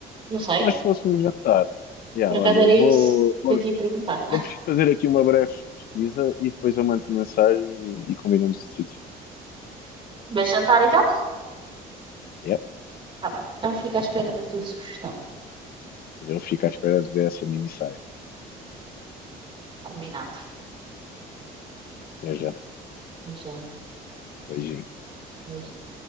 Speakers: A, on the right; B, on the left.
A: não sei,
B: Se nós fôssemos jantar. Yeah,
A: por acaso
B: olha,
A: era
B: vou,
A: isso
B: vou
A: que eu te ia perguntar.
B: Vou fazer aqui uma breve pesquisa e depois eu mando mensagem e, e combinamos o sítio.
A: Mas jantar então?
B: Yep.
A: Tá bem. Então fica à espera da tua sugestão.
B: Eu fico à espera de ver essa minissaia.
A: Combinado.
B: Até já.
A: Até já.
B: Beijinho.
A: Beijinho.